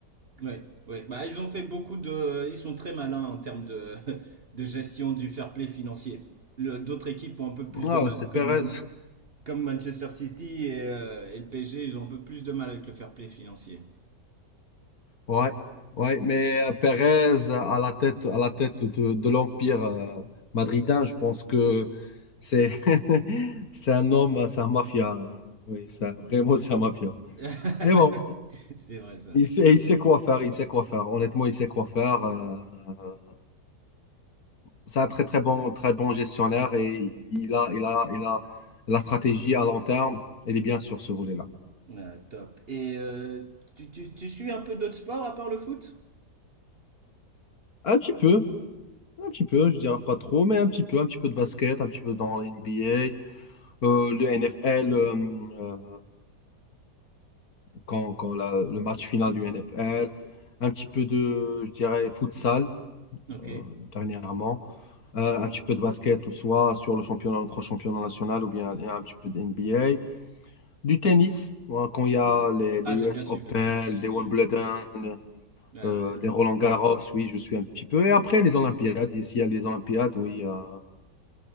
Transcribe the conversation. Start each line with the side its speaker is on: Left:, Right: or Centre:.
Right: Ouais, ouais. Bah, ils ont fait beaucoup de. Ils sont très malins en termes de, <laughs> de gestion du fair play financier. Le- D'autres équipes ont un peu plus
Left: Ah,
Right: de mal,
Left: c'est
Right: comme,
Left: Perez.
Right: Man- comme Manchester City et, euh, et le PSG, ils ont un peu plus de mal avec le fair play financier.
Left: Ouais, ouais, mais euh, Pérez euh, à la tête, à la tête de, de l'Empire euh, madridin, je pense que c'est <laughs> c'est un homme, c'est un mafia. Oui, ça, vraiment, c'est un mafia.
Right: <laughs>
Left: Mais bon,
Right: C'est vrai ça.
Left: il sait, il sait quoi faire, il sait quoi faire. Honnêtement, il sait quoi faire. euh, euh, c'est un très, très bon, très bon gestionnaire et il a, il a, il a la stratégie à long terme. Elle est bien sur ce volet-là.
Right: Ah, top. Et euh, tu, tu, tu suis un peu d'autres sports à part le foot?
Left: Un petit peu, un petit peu, je dirais pas trop, mais un petit peu, un petit peu de basket, un petit peu dans la NBA. Euh, le NFL, euh, euh, quand, quand la- le match final du NFL, un petit peu de, je dirais, futsal
Right: Ok.
Left: euh, dernièrement, euh, un petit peu de basket, soit sur le championnat, notre championnat national, ou bien un petit peu de NBA, du tennis, voilà, quand il y a les,
Right: Ah,
Left: les US
Right: j'aime bien suivre
Left: Open,
Right: le tennis aussi.
Left: les Wimbledon,
Right: ouais. Ouais, ouais.
Left: euh, les Roland Garros, oui, je suis un petit peu. Et après, les Olympiades, s'il y a les Olympiades, oui, euh,